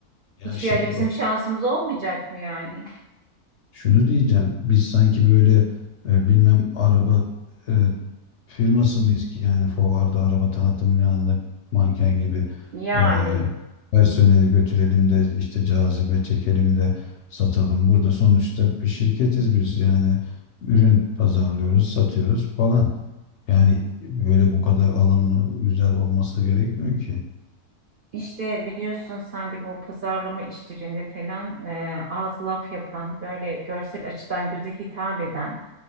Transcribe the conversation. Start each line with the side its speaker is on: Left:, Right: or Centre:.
Left: Ya
Right: Hiçbir
Left: şimdi
Right: yerde bizim
Left: bak
Right: şansımız olmayacak mı yani?
Left: şunu diyeceğim. Biz sanki böyle e, bilmem araba e, firması mıyız ki yani fuarda araba tanıtımının yanında manken gibi
Right: Yani
Left: eee personeli götürelim de işte cazibe çekelim de satalım. Burada sonuçta bir şirketiz biz yani ürün pazarlıyoruz, satıyoruz falan. Yani böyle bu kadar alımlı, güzel olması gerekmiyor ki.
Right: işte biliyorsun sen de bu pazarlama işlerinde falan e, ağız laf yapan, böyle görsel açıdan göze hitap eden